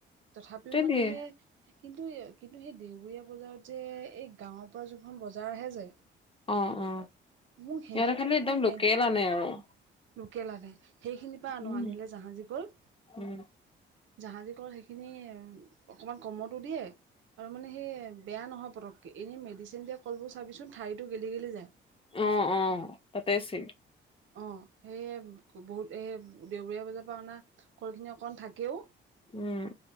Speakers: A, on the right (about 75°); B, on the left (about 25°).
A: তথাপি টো মানে
B: দিয়ে
A: সেই কিন্তু- কিন্তু সেই দেওবৰীয়া বজাৰত যে এই গাঁৱৰ পৰা যোনখন বজাৰ আহে যে?
B: অ, অ।
A: মোক সেইখিনিত
B: সিহঁতৰ খিনি
A: মানে
B: একদম লোকেল
A: মেডি
B: আনে আৰু
A: লোকেল আনে। সেইখিনিৰ পৰা আনো
B: উম
A: আনিলে জাহাজী কল
B: উম।
A: জাহাজী কল সেইখিনিয়ে আৰু অকনমান কমতো দিয়ে আৰু মানে সেই বেয়া নহয় পটককে, এনে মেডিচিন দিয়া কলবোৰ চাবিচোন ঠাৰিটো গেলি গেলি যায়
B: অ অ তাতে আছিল
A: অহ, সেয়ে বহুত এই দেওবৰীয়া বজাৰৰ পৰা অনা কলখিনি অকন থাকেও
B: উম।